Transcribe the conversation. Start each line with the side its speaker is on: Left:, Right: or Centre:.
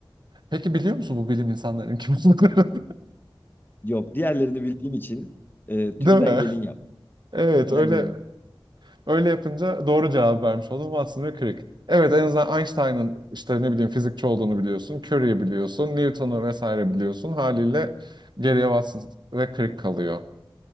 Right: Peki biliyor musun bu bilim insanlarının kim olduklarını?
Left: Yok, diğerlerini bildiğim için e,
Right: <laughs>
Left: tümden
Right: Değil mi?
Left: gelin yap.
Right: Evet
Left: Tümden
Right: öyle
Left: gelin.
Right: Öyle yapınca doğru cevap vermiş oldum. Watson ve Crick. Evet en azından Einstein'ın işte ne bileyim fizikçi olduğunu biliyorsun. Curie'yi biliyorsun. Newton'u vesaire biliyorsun. Haliyle geriye Watson ve Crick kalıyor.